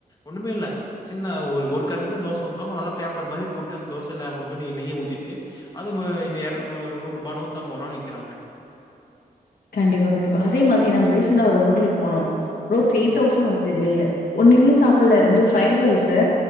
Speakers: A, on the left; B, on the left.
A: ஒண்ணுமே இல்ல சின்ன ஒரு ஒரு கரண்டி தான் தோசை ஊத்துவாங்க நல்லா பேப்பர் மாதிரி போட்டு அந்த தோசைல கொஞ்சட் நெய்யீ ஊத்திட்டு அது நூறு ரூபா நூத்தஅம்பது ரூபா விக்கிறாங்க
B: கண்டிப்பா கண்டிப்பா அதே மாதிரி நாங்க ரீசெண்டடா ஒரு ஹோட்டலுக்கு போனோ ப்ரோ த்ரீ
A: ம்
B: தௌசண்ட் வந்துச்சு பில்லு ஒண்ணுமே சாப்பல்ல
A: அடேங்கப்பா
B: ரெண்டு ஃப்ரைட் ரைஸு